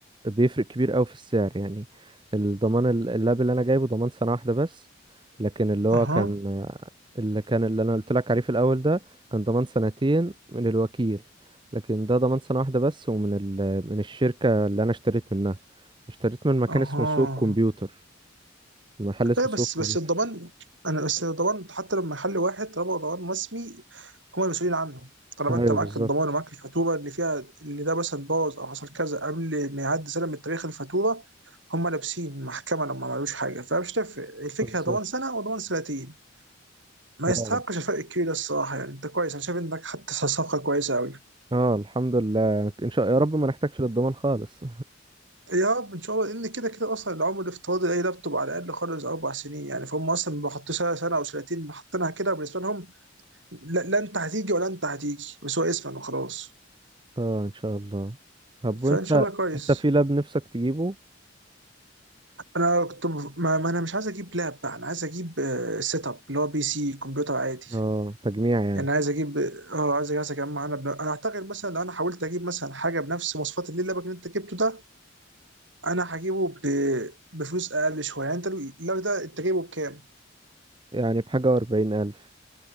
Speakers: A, on the right; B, on the right.
A: بيفرق كبير أوي في السعر يعني الضمان ال- اللاب اللي أنا جايبه ضمان سنة واحدة بس لكن اللي هو
B: اها
A: كان آه، اللي كان اللي أنا قلت لك عليه في الأول ده كان ضمان سنتين من الوكيل لكن ده ضمان سنة واحدة بس ومن ال... من الشركة اللي أنا اشتريت منها اشتريت من مكان
B: اها
A: اسمه سوق الكمبيوتر محل اسمه
B: ايوه
A: سوق
B: بس
A: الكمبيوتر
B: بس الضمان انا بس الضمان حتى لما يحل واحد طالما هو ضمان رسمي هم المسؤولين عنه طالما
A: ايوه
B: انت معاك
A: بالظبط
B: الضمان ومعاك الفاتوره اللي فيها اللي ده مثلا باظ او حصل كذا قبل ما يعدي سنه من تاريخ الفاتوره هم لابسين المحكمه لما ما عملوش حاجه فمش تفرق الفكره
A: بالظبط
B: ضمان سنه وضمان سنتين ما
A: اه
B: يستحقش الفرق الكبير ده الصراحه يعني انت كويس انا شايف انك خدت صفقه كويسه قوي
A: اه الحمد لله ان شاء يا رب ما نحتاجش للضمان خالص
B: يا رب ان شاء الله ان كده كده اصلا العمر الافتراضي لاي لابتوب على الاقل خالص اربع سنين يعني فهم اصلا ما حطوش سنه سنة او سنتين حاطينها كده بالنسبه لهم لا, لا انت هتيجي ولا انت هتيجي بس هو اسفن وخلاص
A: اه ان شاء الله طب
B: فان
A: وانت
B: شاء الله كويس
A: انت في لاب نفسك تجيبه
B: انا كنت ب- ما, ما انا مش عايز اجيب لاب بقى انا عايز اجيب سيت اب اللي هو بي سي كمبيوتر عادي
A: اه تجميع يعني
B: يعني عايز اجيب اه عايز عايز اجمع انا بن... انا اعتقد مثلا لو انا حاولت اجيب مثلا حاجه بنفس مواصفات اللي لابك اللي انت جبته ده انا هجيبه ب... بفلوس اقل شويه يعني انت اللاب ده انت جايبه بكام؟
A: يعني بحاجة واربعين الف